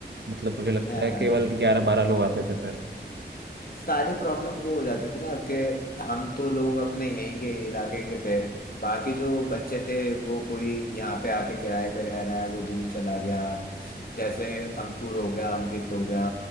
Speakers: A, on the right; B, on the left.
A: मतलब मुझे लगता
B: हाँ।
A: है केवल ग्यारह बारह लोग आते थे फिर
B: सारी प्रॉब्लम वो हो जाती थी ना कि हम तो लोग अपने यहीं के इलाके के थे बाकी जो बच्चे थे वो कोई यहाँ पे आके किराए पे रह रहा है वो दूर चला गया जैसे अंकुर हो गया अंकित हो गया